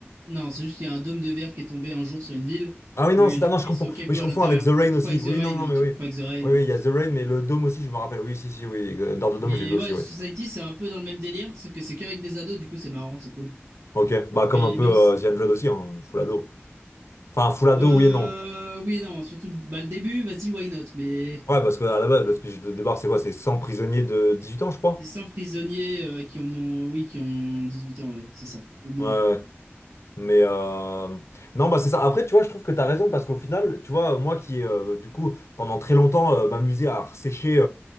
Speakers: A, on the right; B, on the left.
A: Non, c'est juste qu'il y a un dôme de verre qui est tombé un jour sur une ville.
B: Ah oui, non,
A: Et
B: c'est
A: du
B: ah, non,
A: coup,
B: je
A: ils
B: confonds.
A: sont Keblo
B: Oui, je
A: à
B: confonds
A: l'intérieur.
B: avec The Rain
A: Tu confonds
B: aussi.
A: avec
B: Oui,
A: The Rain.
B: non, non, mais
A: Tu
B: oui.
A: confonds avec The Rain.
B: Oui, oui, il y a The Rain, mais le dôme aussi, je me rappelle. Oui, si, si, oui. euh, Dans le dôme,
A: Mais
B: j'ai vu aussi,
A: ouais,
B: oui.
A: The Society, c'est un peu dans le même délire. C'est que c'est qu'avec des ados. Du coup, c'est marrant. C'est cool.
B: Ok, bah comme
A: Mais
B: un peu
A: même si.
B: euh, The 100 aussi, hein, full ado. Enfin, full ado,
A: Euh.
B: oui et non.
A: Oui et non. Surtout bah, le début, vas-y, why not? Mais
B: Ouais, parce que à la base, le speech de départ, c'est quoi? C'est 100 prisonniers de 18 ans, je crois.
A: c'est 100 prisonniers euh, qui ont. mon- Oui, qui ont 18 ans, ouais. C'est ça. Ou moins.
B: Ouais, ouais. Mais euh, non, bah c'est ça. Après, tu vois, je trouve que tu as raison parce qu'au final, tu vois, moi qui, euh, du coup, pendant très longtemps, euh, m'amusais à sécher